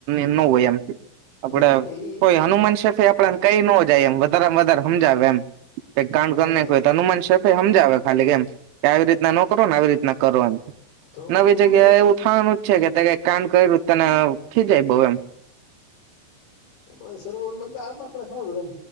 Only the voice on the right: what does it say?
ન હોય એમ આપડે
કોઈ હનુમાન શેફ આપડા કઈ ન જાય એમ વધારે માં વધારે હમજાવે એમ કય
તો હનુમાન શફે સમજાવે ખાલી કેમ કે આવી રીતના ન કરો ને આવી રીતના કરો એમ.
નવી
જગ્યા
એવું થવાનું જ છે કે ક કાન કર્યું તને ખી જાય બઉ એમ